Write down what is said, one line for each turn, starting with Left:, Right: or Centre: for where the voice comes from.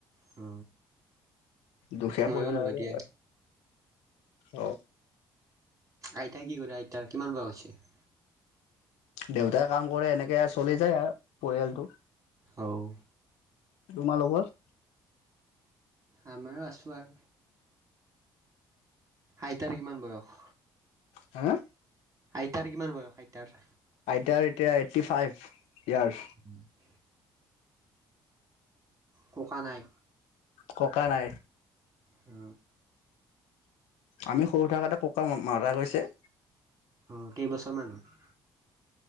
Right: অ।
Left: দুখীয়া
Right: ময়ো
Left: পৰিবাৰে
Right: নহয় দিয়া
Left: এবাৰ। অ।
Right: আইতা কি কৰে, আইতা কিমান বয়স হৈছে?
Left: দেউতাই কাম কৰে এনেকে আৰ চলি যায় আৰ পৰিয়ালটো।
Right: অও।
Left: তোমালোকৰ?
Right: আমাৰো আছোঁ আৰ। আইতাৰে কিমান বয়স?
Left: হা?
Right: আইতাৰ কিমান বয়স আইতাৰ?
Left: আইতাৰ এতিয়া এইট্টি ফাইভ ইয়াৰাছ।
Right: <unintelligible> ককা নাই?
Left: ককা নাই।
Right: অ।
Left: আমি সৰু থাকাতে ককা মাৰা গৈছে।
Right: অ কেইবছৰমানত?